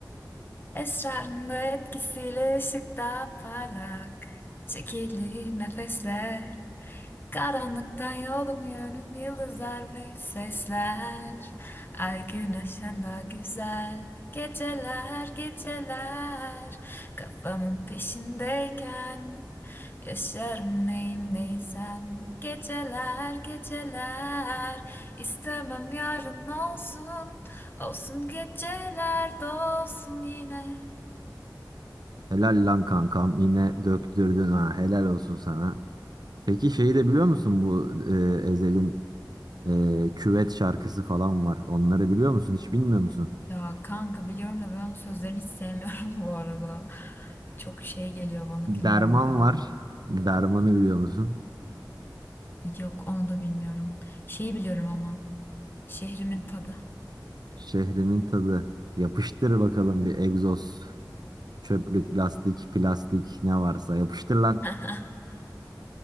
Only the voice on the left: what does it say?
Esrarında etkisiyle ışıkta parlak. Çekili nefesler. Karanlıktan yolum yönüm yıldızlar ve sesler Ay güneşten daha güzel Geceler geceler Kafamın peşindeyken Yaşarım neyim neysem Geceler geceler istemem yarın olsun Olsun geceler dolsun yine
Ya kanka biliyorum da ben onun sözlerini hiç sevmiyorum <laughs> bu arada. Çok şey geliyor bana
bilmiyorum ya.
Yok onu da bilmiyorum. Şeyi biliyorum ama. Şehrimin tadı.
Hı.
<laughs>